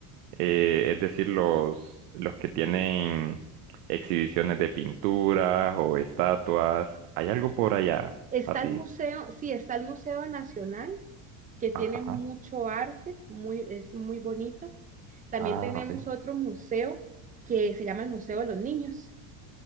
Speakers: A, on the right (about 75°); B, on the right (about 15°).
A: eh, es decir, los, los que tienen exhibiciones de pinturas o estatuas. ¿Hay algo por allá?
B: Está
A: Así.
B: el museo, sí, está el Museo Nacional, que tiene
A: Ajá.
B: mucho arte, muy, es muy bonito. También
A: Ah,
B: tenemos
A: ok.
B: otro museo que se llama el Museo de los Niños,